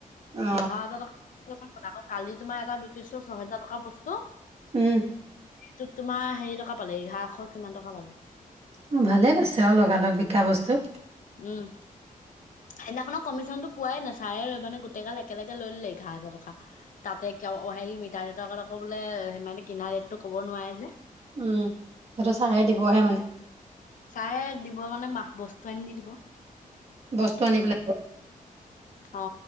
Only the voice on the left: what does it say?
এঘাৰ হাজাৰ টকা। ব কালি তোমাৰ এটা বিক্ৰীছো ছহেজাৰ টকাৰ বস্তু।
এইটোত তোমাৰ হেৰি টকা পালে এঘাৰশ কিমান টকা পালে।
উম। সেইদিনাখননৰ কমিশনো টো পোৱাই নাই চাৰে লৈ মানে গোটেই গাল একেলগে লৈ ললে এঘাৰ হাজাৰ টকা। তাতে ক হেৰি মিতা দেউতাক আকৌ বোলে সানে কিনা ৰেটটো ক'ব নোৱাৰে যে।
চাৰে দিব মানে মাহ বস্তু আনি দি দিব।
অ।